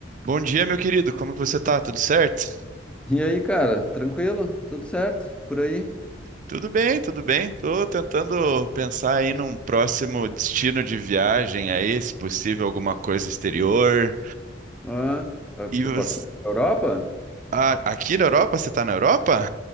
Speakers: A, on the right (about 40°); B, in the centre.
A: Bom dia, meu querido. Como que você tá? Tudo certo?
B: E aí, cara, tranquilo? Tudo certo? Por aí?
A: Tudo bem, tudo bem. Tô tentando pensar aí num próximo destino de viagem aí, se possível alguma coisa exterior.
B: Ah, ah,
A: E
B: tipo,
A: você...
B: aqui na Europa?
A: Ah, aqui na Europa? Você tá na Europa?